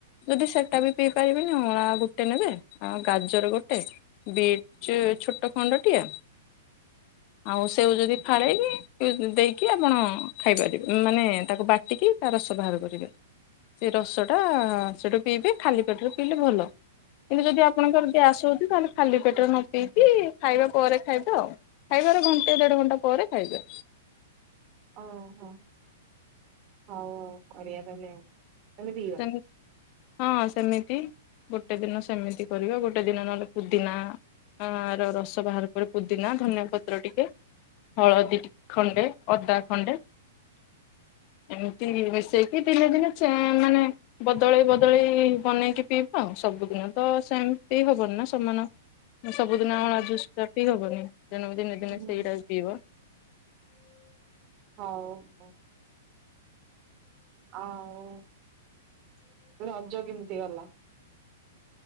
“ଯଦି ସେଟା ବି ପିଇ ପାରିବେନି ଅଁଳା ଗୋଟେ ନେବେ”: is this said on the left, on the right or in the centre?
Left